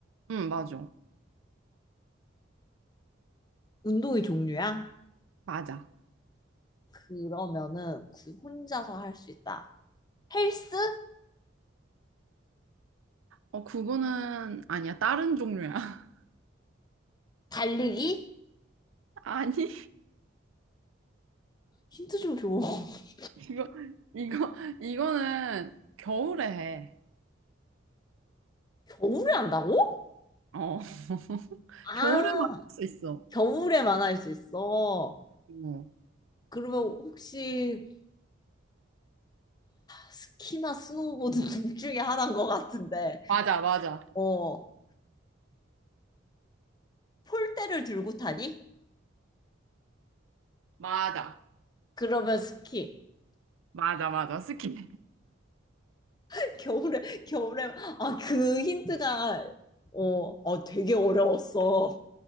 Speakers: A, on the right; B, on the left.
A: 응, 맞아.
B: 운동의 종류야?
A: 맞아.
B: 그러면은 그 혼자서 할 수 있다. 헬스?
A: 어, 그거는 아니야. 다른 종류야. <laughs>
B: 달리기?
A: 아니,
B: 힌트 좀 줘. <laughs>
A: 이거, 이거, 이거는 겨울에 해.
B: 겨울에 한다고?
A: 어, <laughs>
B: 아,
A: 겨울에만 할 수 있어.
B: 겨울에만 할 수 있어.
A: 어.
B: 그러면 혹시 스키나 스노보드 <laughs> 둘 중에 하나인 것 같은데,
A: 맞아, 맞아.
B: 어, 폴대를 들고 타니?
A: 맞아.
B: 그러면 스키.
A: 맞아, 맞아. 스키.
B: <laughs> 겨울에, 겨울에, 아, 그 힌트가, 어, 어, 되게 어려웠어.